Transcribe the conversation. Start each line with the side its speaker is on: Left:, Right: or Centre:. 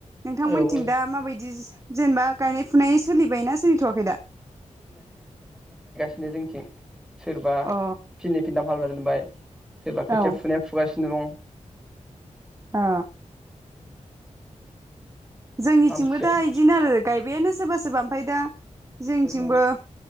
Right: नोंथांमोनथिं
Centre: औ औ
Right: दा माबायदि जेनेबा गायनाय फुनाय सोलिबाय ना सोलिथ'वाखै दा?
Centre: नो जोंथिं सोरबा
Right: अ
Centre: फिननै फिनथाम खालामना दोनबाय सोरबा
Right: औ
Centre: खोथिया फुनाया फुगासि मैंगं।
Right: आ जोंनिथिंबो
Centre: आमथिसुवायाव
Right: दा इदिनो आरो गाय बेनो सोरबा सोरबा ओमफाय दा जोंथिंबो
Centre: औ